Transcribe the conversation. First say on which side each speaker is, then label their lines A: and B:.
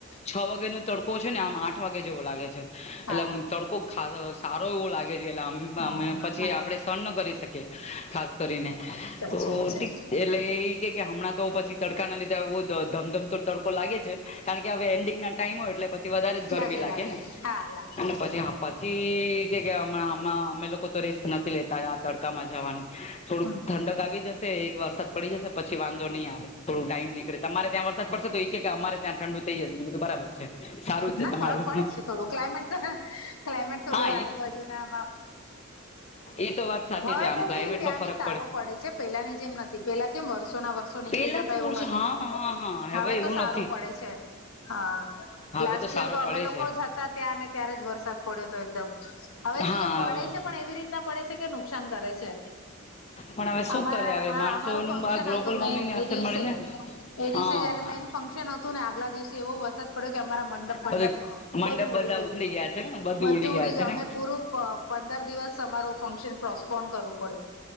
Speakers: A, on the left; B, on the left.
A: છ વાગેનો તડકો છે ને આમ આઠ વાગે જેવો લાગે છે.
B: હા
A: એટલે આમ તડકો ખાસ સારો એવો લાગે લા અમ
B: હા
A: અમે
B: બરાબર
A: પછી આપણે સહન ના કરી શકીએ. એ ખાસ કરીને
B: સાચી
A: તો
B: વાત છે
A: ઠીક એટલે ઈ કે હમણાં તો પછી તડકાના લીધા બઉ ધમધમતો તડકો લાગે છે. કારણ કે અવે એન્ડીગના ટાઈમ હોય એટલે પછી વધારે જ ગરમી
B: લાગે
A: લાગેને
B: લાગે હા લાગે
A: અને
B: લાગે
A: પછી અ પછી કે કેય કે અમે લોકો તો રિસ્ક નથી લેતા આ તડકામાં જાવાની. થોડુંક
B: હમ
A: ઠંડક આવી જશે એક વરસાદ પડી જશે પછી વાંધો નહીં આવે થોડું ટાઈમ નીકળે તમારે ત્યાં વરસાદ પડશે તો ઈ ઈ કેય કે અમારે ત્યાં ઠંડુ થઈ જશે મેં કીધું બરાબર છે સારું જ છે
B: ના
A: તમારું
B: ફરક પડે છે થોડું ક્લાયમેટ ક્લાયમેટ થોડું
A: હા
B: આજુબાજુનામાં
A: એ એ તો વાત સાચી
B: હવે
A: છે આમ
B: તો
A: ક્લાઇમેટ
B: ભી ત્યાં
A: નો ફરક
B: બી સારો પડે છે પેહલાની જેમ નથી પેહલા કેમ વર્ષોના વર્ષો નીકળી
A: પેલા
B: જતા
A: તો
B: એવું
A: વર્ષો
B: નથી
A: હા હા હા
B: હવે તો
A: એવું
B: સારો
A: નથી
B: પડે છે હા,
A: હવે
B: લાસ્ટ
A: સારો
B: યર તો અમે
A: પડે
B: લોકો
A: છે
B: જતા ત્યાં ને ત્યારે જ વરસાદ પડ્યો હતો એકદમ હવે
A: હા
B: શું છે પડે છે પણ એવી રીતના છે કે નુક સાન કરે છે
A: પણ હવે શું
B: અમારા
A: કરે હવે
B: હા
A: માણસોનું
B: અમારું ફંક્શન
A: આ ગ્લોબલ
B: હતું મેઈન
A: વોર્મિંગને અસર
B: એ દિવસે
A: મળે ને
B: એ દિવસે
A: હા
B: જયારે મેઉન ફંક્શન હતું ને આગલા દિવસે એવો વરસાદ પડ્યો કે અમારા મંડપ
A: બધું
B: મંડપ
A: મંડપ
B: બધું ઉડી
A: બધા
B: ગયું
A: ઉખડી ગયા હશે ને
B: બધું
A: ગયા
B: ઉડી
A: હશે
B: ગયું
A: ને
B: અમે પૂરું પંદર દિવસ સમારોહ ફંક્શન પ્રોસ્પોન કરવું પડ્યું.